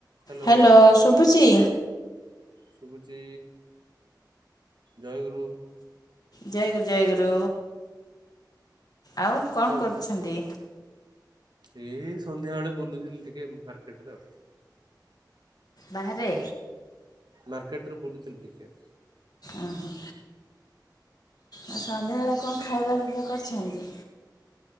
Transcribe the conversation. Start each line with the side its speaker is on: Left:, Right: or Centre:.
Right: Hello
Left: hello ଶୁଭୁଚି?
Right: ସୁୁବୁଚି ଜଏଗୁରୁ।
Left: ଯଏ ଗୁରୁ ଯୟଗୁରୁ ଆଉ କଣ
Right: କୁହନ୍ତୁ।
Left: କରୁଛନ୍ତି।
Right: ଏଇ ସନ୍ଧ୍ୟାବେଳେ ବୁଲୁଥିଲି ଟିକେ ମାର୍କେଟ ରେ ଆଉ।
Left: ବାହାରେ।
Right: ମାର୍କେଟରେ ବୁଲୁଥିଲି ଟିକେ।
Left: ଓ ହୋ। ଆଉ ସନ୍ଧ୍ୟା ବଳେ କଣ ଖାଇବା ପିବା କରିଛନ୍ତି?